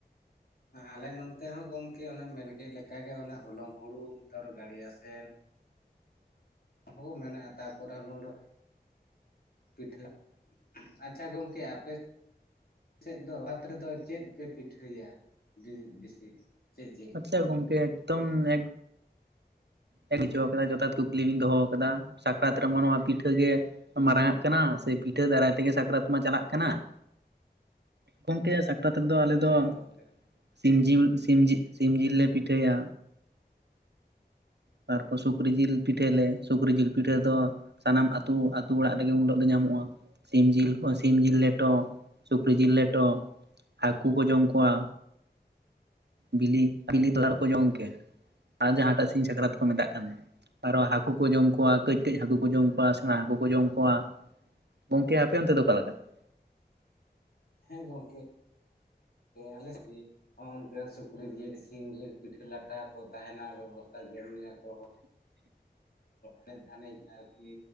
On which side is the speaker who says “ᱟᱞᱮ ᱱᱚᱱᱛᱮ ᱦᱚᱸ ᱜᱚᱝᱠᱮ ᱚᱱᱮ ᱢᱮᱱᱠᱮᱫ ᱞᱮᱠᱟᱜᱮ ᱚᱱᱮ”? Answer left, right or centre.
Left